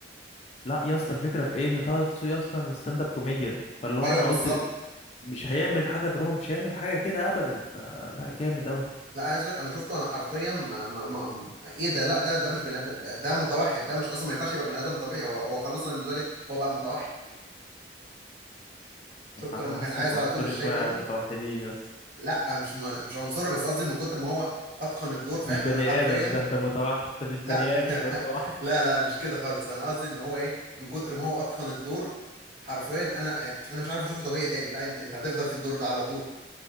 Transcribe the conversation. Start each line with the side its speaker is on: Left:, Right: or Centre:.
Left: لا يا اسطى الفكره في ايه ان طه دسوقي اصلا ستاند اب كوميديان فاللي هو
Right: ايوه
Left: انا
Right: بالظبط
Left: قلت مش هيعمل حاجه دراما مش هيعمل حاجه كده ابدا فلا جامد اوي
Right: لا عايز اقول لك انا شفته انا حرفيا ما ما ما ايه ده لا ده ده مش بني ادم ده, ده متوحد ده مش اصلا ما ينفعش يبقى بني ادم طبيعي هو هو خلاص انا بالنسبه لي هو بقى متوحد شفته
Left: انا
Right: لما
Left: حاسك
Right: كان عايز على
Left: عنصري
Right: طول الشاي
Left: شويه
Right: بلبن
Left: على المتوحدين يا اسطى
Right: لا مش م... مش عنصري بس قصدي من كتر ما هو اتقن الدور فاهم
Left: مش بني
Right: انا حرفيا
Left: ادم ده ده متوحد ده مش بني
Right: لا <laughs>
Left: ادم ده متوحد
Right: لا لا مش كده خالص انا قصدي ان هو ايه من كتر ما هو اتقن الدور حرفيا انا يعني انا مش عارف اشوفه طبيعي تاني لا انت انت هتفضل في الدور ده على طول